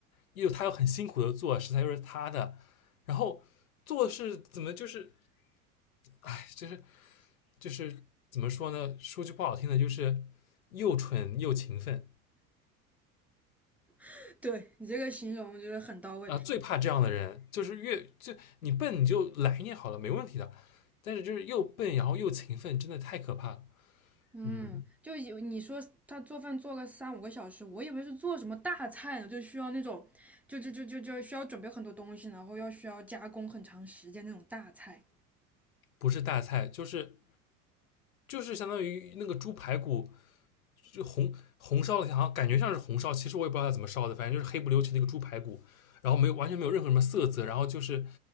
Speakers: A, on the left; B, in the centre.
A: 又他又很辛苦的做，食材又是他的，然后做是怎么就是哎就是就是怎么说呢？说句不好听的，就是又蠢又勤奋。
B: <laughs> 对你这个形容就是很到位。
A: 啊，最怕这样的人，就是越就你笨你就懒一点好了，没问题的。但是就是又笨然后又勤奋，真的太可怕了。
B: 嗯，
A: 嗯，
B: 嗯就以为你说他做饭做个三五个小时，我以为是做什么大菜呢，就需要那种，就就就就就需要准备很多东西，然后要需要加工很长时间那种大菜。
A: 不是大菜，就是就是相当于那个猪排骨就红红烧的，好像感觉像是红烧，其实我也不知道它怎么烧的，反正就是黑不溜秋的一个猪排骨，然后没有完全没有任何什么色泽，然后就是